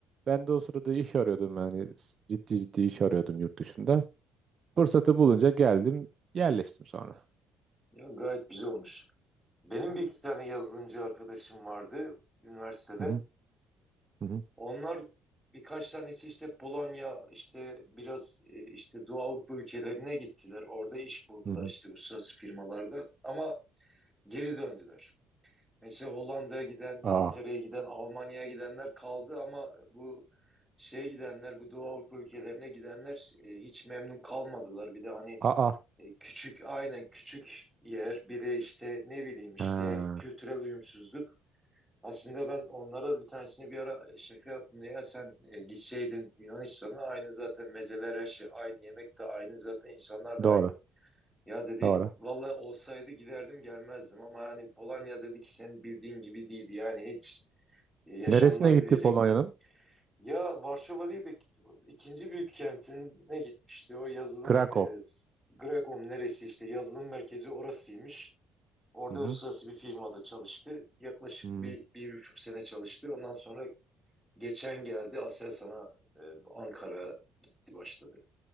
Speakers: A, on the right; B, in the centre.
A: Ben de o sırada iş arıyordum yani. Ciddi ciddi iş arıyordum yurt dışında. Fırsatı bulunca geldim, yerleştim sonra.
B: Ya gayet güzel olmuş. Benim bir iki tane yazılımcı arkadaşım vardı üniversiteden.
A: Hı hı hı hı.
B: Onlar birkaç tanesi işte Polonya, işte biraz e, işte Doğu Avrupa ülkelerine gittiler. Orada iş buldular
A: hı hı.
B: işte uluslararası firmalarda. Ama geri döndüler. Mesela Hollanda'ya giden,
A: Aa.
B: İngiltere'ye giden, Almanya'ya gidenler kaldı ama bu şeye gidenler, bu Doğu Avrupa ülkelerine gidenler e, hiç memnun kalmadılar. Bir de hani
A: Aa.
B: e, küçük, aynen küçük yer, bir de işte ne bileyim işte
A: Ha,
B: kültürel uyumsuzluk. Aslında ben onlara bir tanesini bir ara şaka yaptım. Ya sen e, gitseydin Yunanistan'a aynı zaten mezeler her şey aynı, yemek de aynı zaten insanlar da
A: doğru,
B: aynı. Ya dedi
A: doğru.
B: valla olsaydı giderdim gelmezdim ama hani Polonya dedi ki senin bildiğin gibi değildi. Yani hiç yaşanılabilecek
A: Neresine gitti Polonya'nın?
B: bir. Ya Varşova değil de ikinci büyük kentine gitmişti. O yazılım
A: Krakow.
B: e, Grekom neresi işte yazılım merkezi orasıymış. Orada
A: Hı hı.
B: uluslararası bir firmada çalıştı. Yaklaşık
A: hı.
B: bir, bir buçuk sene çalıştı. Ondan sonra geçen geldi Aselsan'a e, Ankara gitti başladı.